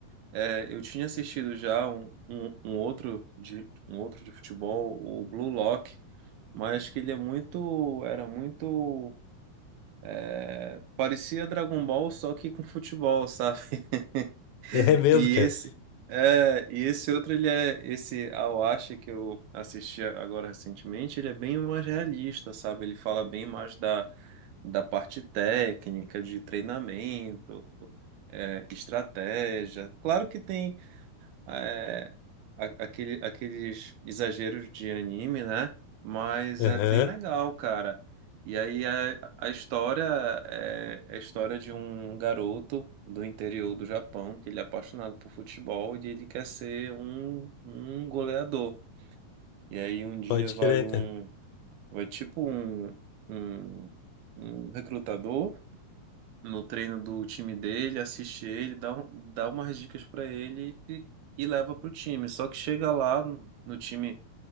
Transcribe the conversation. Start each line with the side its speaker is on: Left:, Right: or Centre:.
Right: É, eu tinha assistido já um, um, um outro de um outro de futebol, o Blue Lock, mas que ele é muito, era muito, é, parecia Dragon Ball só que com futebol, sabe? <laughs>
Left: É mesmo,
Right: E
Left: cara.
Right: esse, é, e esse outro ele é esse Awashi que eu assisti agora recentemente, ele é bem mais realista, sabe? Ele fala bem mais da da parte técnica, de treinamento, é, estratégia. Claro que tem é, a- aquele, aqueles exageros de anime, né? Mas
Left: Aham,
Right: é bem legal, cara. E aí a, a história é é a história de um garoto do interior do Japão que ele é apaixonado por futebol e ele quer ser um, um goleador. E aí um dia
Left: pode
Right: vai
Left: crer,
Right: um,
Left: cara.
Right: vai tipo um, um, um recrutador no treino do time dele, assiste ele, dá, um- dá umas dicas pra ele e, e leva pro time. Só que chega lá no no time